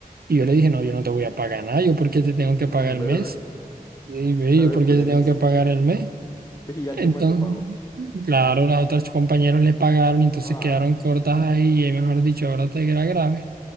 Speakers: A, on the right; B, on the left.
A: Y yo le dije, no, yo no te voy a pagar nada, yo por qué te tengo que
B: Mm,
A: pagar el
B: Bebe,
A: mes. Y ve,
B: bebe,
A: yo por
B: culé
A: qué te
B: lisa.
A: tengo que pagar el mes.
B: pues, Y alguien
A: Entonces,
B: más le pagó.
A: claro, las otras compañeros le pagaron y entonces
B: Ay,
A: quedaron cortas ahí. Y mejor dicho, ahora te era grave.